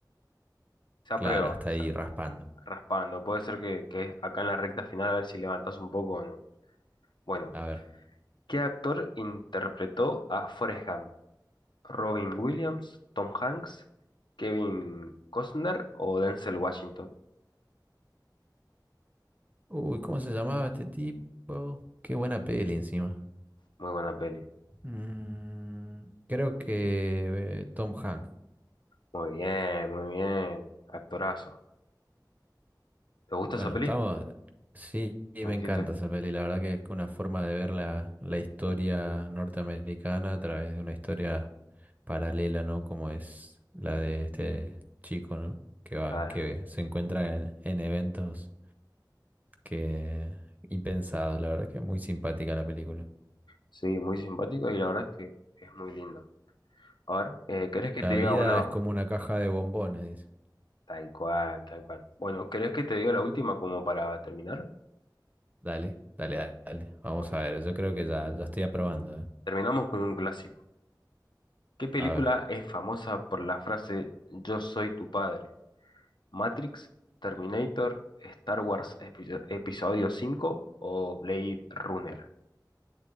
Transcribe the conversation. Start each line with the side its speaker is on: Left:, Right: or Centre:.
Left: Se aprueba,
Right: Claro, hasta
Left: o sea,
Right: ahí raspando.
Left: raspando. Puede ser que, que acá en la recta final a ver si levantás un poco o no. Bueno,
Right: A ver.
Left: ¿qué actor interpretó a Forrest Gump? ¿Robin Williams, Tom Hanks, Kevin Costner o Denzel Washington?
Right: Uy, ¿cómo se llamaba este tipo? Qué buena peli encima.
Left: Muy buena peli.
Right: Mm, creo que eh, Tom Hanks.
Left: Muy bien, muy bien. Actorazo. ¿Te gusta
Right: Bueno,
Left: esa peli?
Right: estamos. Sí, sí,
Left: Me
Right: me
Left: dijiste.
Right: encanta esa peli. La verdad que es una forma de ver la, la historia norteamericana a través de una historia paralela, ¿no? Como es la de este chico, ¿no? Que va,
Left: Ah,
Right: que se encuentra en, en eventos que impensados. La verdad que es muy simpática la película.
Left: sí, muy simpático y la verdad es que es muy lindo. A ver, eh, ¿querés que
Right: La
Left: te diga
Right: vida
Left: una?
Right: es como una caja de bombones, dice.
Left: Tal cual, tal cual. Bueno, ¿querés que te diga la última como para terminar?
Right: Dale, dale, dale. Vamos
Left: Bueno,
Right: a ver. Yo creo que ya, ya estoy aprobando, ¿eh?
Left: terminamos con un clásico. ¿Qué película
Right: A ver.
Left: es famosa por la frase Yo soy tu padre? ¿Matrix, Terminator, Star Wars epi- Episodio 5 o Blade Runner?